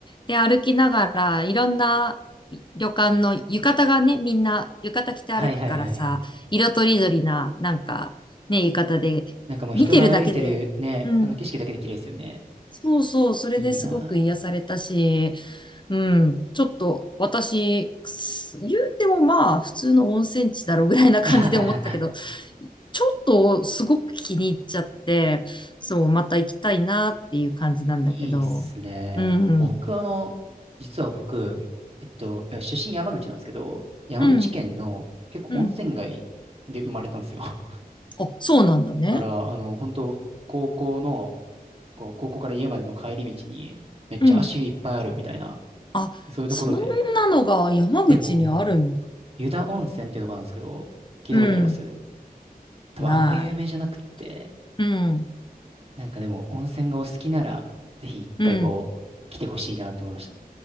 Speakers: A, on the left; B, on the right.
A: で、歩きながら、いろんな旅館の浴衣がね、みんな浴衣着て歩くからさ、
B: はいはいはいはい。
A: 色とりどりな、なんかね、浴衣で、
B: なんかもう人が歩いてるね、
A: 見てるだけで、うん。
B: あの景色だけで綺麗ですよね。
A: そうそう、それですごく癒されたし、
B: いいな
A: うん。ちょっと、私、くす言うてもまあ、普通の温泉地だろうぐらいな感じで思ったけど、
B: あ。<laughs>
A: ちょっとすごく気に入っちゃって、そう、また行きたいなっていう感じなんだけど。
B: いいっすね。
A: うん。
B: 僕、あの、実は僕、えっと、いや出身山口なんですけど、山口県の結構温泉街で生まれたんですよ。
A: うん。うん。
B: <laughs>
A: あ、そうなんだね。
B: だから、あの、本当高校の、こう、高校から家までの帰り道に、めっちゃ足湯いっぱいあるみたいな、
A: うん。あ、
B: そういうところで。
A: そんなのが山口にあるんだ。
B: でも、湯田温泉っていうところなんですけど、聞いたことあります
A: うん。
B: 多分あんま有名じゃなくって、
A: ない。うん。
B: なんかでも、温泉がお好きなら、ぜひ一回こう、
A: うん。
B: 来てほしいなって思いました。